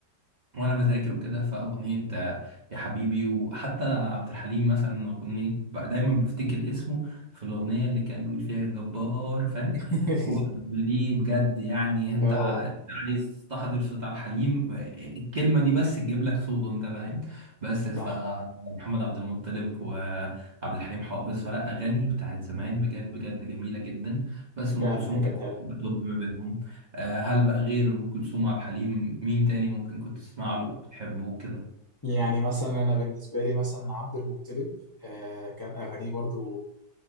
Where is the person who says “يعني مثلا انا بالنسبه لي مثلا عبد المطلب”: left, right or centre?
Left